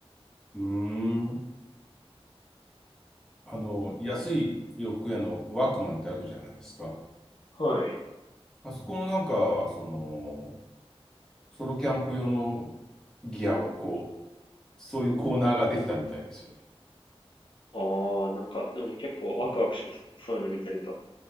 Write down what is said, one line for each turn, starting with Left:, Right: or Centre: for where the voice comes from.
Centre: うーん。あの、安い洋服屋のワークマンってあるじゃないですか。
Left: はい。
Centre: あそこもなんか、その、ソロキャンプ用のギアを、こう、そういうコーナーができたみたいですよね。
Left: ああ、なんか、でも結構ワクワクしますね。そういうの見てると。